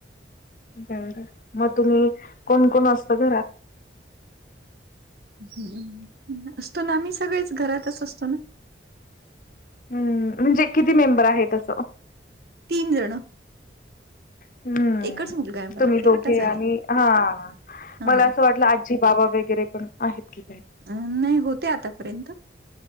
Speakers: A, on the left; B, on the right.
A: बर मग तुम्ही कोण कोण असता घरात
B: ह् असतो ना आम्ही सगळेच घरातच असतो ना
A: हम्म म्हणजे किती मेंबर आहे तसं
B: तीन जण
A: हम्म
B: एकच मुलगा आहे मला.
A: तुम्ही दोघे
B: एकटाच आहे.
A: आणि हा
B: हां.
A: मला असं वाटलं आजी बाबा वगैरे पण आहेत की काय
B: अं नाही होते आतापर्यंत